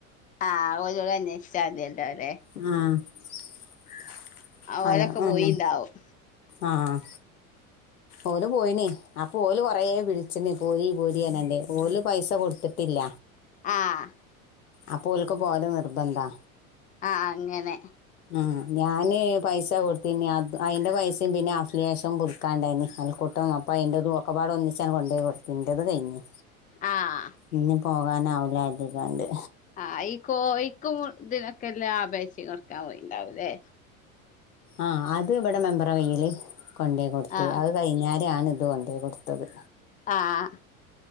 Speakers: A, on the left; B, on the left.
A: ആഹ് ഓലോട് അന്വേഷിച്ചാ മതിലോ ലെ
B: ആഹ് <unintelligible>
A: ഓലൊക്കെ
B: തന്നെ
A: പോയിണ്ടാവും
B: ആഹ് ഓല് പോയിണ് അപ്പൊ ഓല് കൊറേ വിളിച്ച്ണ് പോരി പോരി പറഞ്ഞാണ്ട് ഓല് പൈസ കൊടുത്ത് ത്തില്ല
A: ആഹ്
B: അപ്പൊ ഓല്ക് പോവല് നിർബന്ധാ
A: ആഹ് അങ്ങനെ
B: ആഹ് ഞാന് പൈസ കൊട്ത്തീന് അത് അയ്ന്റ പൈസയും പിന്നെ അഫിലിയേഷൻ പുതുക്കാൻ ണ്ടായ്നി അയൽക്കൂട്ടം അപ്പ അയ്ന്റെതും ഒക്കെപ്പാടെ ഒന്നിച്ചങ്ങ് കൊണ്ടോയ് കൊട്ത്തു. ഇന്റെത് കയിഞ്ഞു.
A: ആഹ്
B: ഇഞ്ഞി പോകാനാവൂല കരുതിങ്ങാണ്ട്.
A: ആഹ് ഈ കോയിക്കും ഇതിനൊക്കെ ള്ള അപേക്ഷ കൊട്ക്കാൻ പോയിണ്ടാവുല്ലേ.
B: ആഹ് അത് ഇവിടെ മെമ്പറെ കൈയില് കൊണ്ടേയ് കൊടുത്തു
A: ആഹ്
B: അത് കഴിഞ്ഞാരാണ് ഇത് കൊണ്ടേയ് കൊടു ത്തത്.
A: ആഹ്